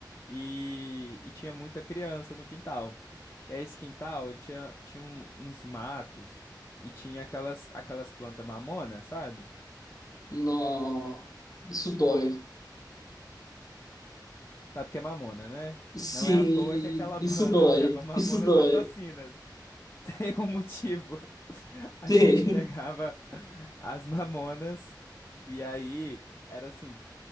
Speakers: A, on the left (about 30°); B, on the left (about 50°).
A: e, e tinha muita criança no quintal. E aí esse quintal, ele tinha, tinha um- uns matos e tinha aquelas, aquelas plantas mamona, sabe?
B: Não, isso dói.
A: Sabe o que é mamona, né?
B: Sim,
A: Não é à toa que aquela
B: isso
A: banda
B: dói,
A: <laughs> chama Mamonas
B: isso dói.
A: Assassinas. <laughs> Tem um motivo. A
B: <laughs> Tem.
A: gente pegava as mamonas e aí era assim,